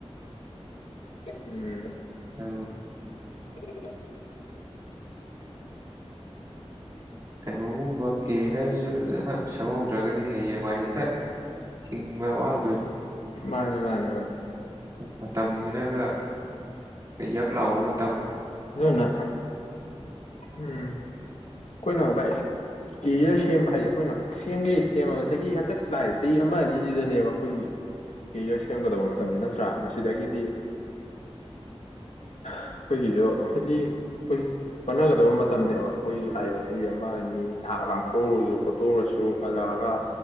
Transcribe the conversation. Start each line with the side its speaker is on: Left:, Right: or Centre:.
Left: ꯎꯝ
Right: ꯇ
Left: <unintelligible>
Right: ꯀꯩꯅꯣꯒꯨꯝꯕ ꯀꯦꯔꯤꯌꯔꯁꯦ ꯐꯖꯅ ꯁꯦꯝꯍꯧꯗ꯭ꯔꯒꯗꯤ ꯍꯌꯦꯡꯋꯥꯏ ꯍꯦꯛꯇ ꯍꯤꯡꯕ ꯋꯥꯗꯣꯏꯅꯤ
Left: ꯃꯥꯅꯦ ꯃꯥꯅꯦ ꯥꯏ
Right: ꯃꯇꯝꯁꯤꯅꯒ ꯏꯌꯥ ꯀꯂꯑꯣꯣ ꯃ
Left: ꯅ ꯎꯝ ꯑꯩꯈꯣꯏꯅ ꯚꯥꯏ ꯀꯦꯔꯤꯌꯔ ꯁꯦꯝꯕ ꯍꯥꯏꯁ ꯑꯩꯈꯣꯏꯅ ꯁꯦꯝꯒ ꯁꯦꯝꯃꯕ ꯆꯍꯤ ꯍꯟꯇꯛ ꯂꯥꯛꯏꯕ ꯆꯍꯤ ꯑꯃ ꯑꯅꯤꯁꯤꯗꯅꯦꯕ ꯑꯩꯈꯣꯏꯒꯤ ꯀꯦꯔꯤꯌꯔ ꯁꯦꯝꯒꯗꯕ ꯃꯇꯝꯅꯤꯗ ꯅꯠꯇ꯭ꯔꯥ ꯃꯁꯤꯗꯒꯤꯗꯤ ꯑꯩꯈꯣꯏꯒꯤꯁꯨ ꯍꯥꯏꯗꯤ ꯑꯩꯈꯣꯏ ꯍꯣꯠꯅꯒꯗꯕ ꯃꯇꯝꯅꯤꯅꯦꯕ ꯑꯩꯈꯣꯏꯒꯤ ꯂꯥꯛꯏꯕ ꯆꯍꯤ ꯑꯃꯅꯤ ꯑꯅꯤ ꯅꯍꯥꯛ ꯂꯥꯡꯊꯣꯛꯎꯔꯁꯨ ꯈꯣꯠꯇꯣꯛꯎꯔꯁꯨ ꯍꯜꯂꯛꯑꯒ